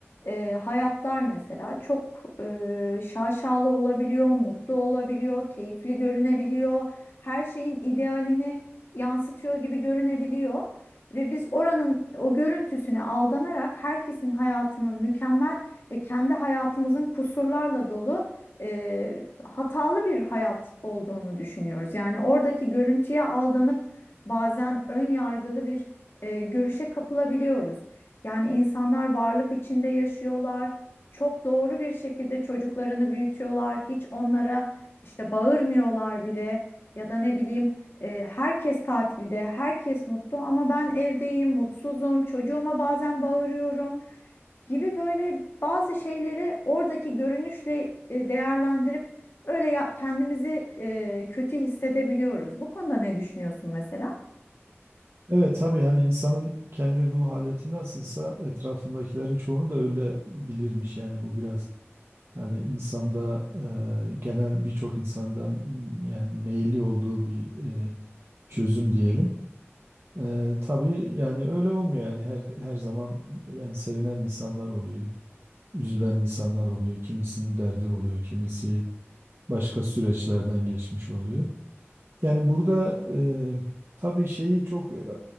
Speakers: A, on the left; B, on the right.
A: e, hayatlar mesela çok e, şaşalı olabiliyor, mutlu olabiliyor, keyifli görünebiliyor. Her şeyin idealini yansıtıyor gibi görünebiliyor. Ve biz oranın o görüntüsüne aldanarak herkesin hayatının mükemmel ve kendi hayatımızın kusurlarla dolu e, hatalı bir hayat olduğunu düşünüyoruz. Yani oradaki görüntüye aldanıp bazen ön yargılı bir e, görüşe kapılabiliyoruz. Yani insanlar varlık içinde yaşıyorlar. Çok doğru bir şekilde çocuklarını büyütüyorlar. Hiç onlara işte bağırmıyorlar bile ya da ne bileyim e, herkes tatilde, herkes mutlu ama ben evdeyim, mutsuzum, çocuğuma bazen bağırıyorum gibi böyle bazı şeyleri oradaki görünüşle e, değerlendirip Öyle ya, kendimizi e, kötü hissedebiliyoruz. Bu konuda ne düşünüyorsun mesela?
B: Evet tabii hani insanın kendi ruh haleti nasılsa etrafındakilerin çoğunu da öyle bilirmiş yani bu biraz hani insanda eee, genel birçok insanda mm, yani meyilli olduğu bir eee, çözüm diyelim. Eee tabii yani öyle olmuyor yani her her zaman yani sevinen insanlar oluyor. üzülen insanlar oluyor. Kimisinin derdi oluyor, kimisi başka süreçlerden geçmiş oluyor. Yani burada e, tabii şeyi çok e,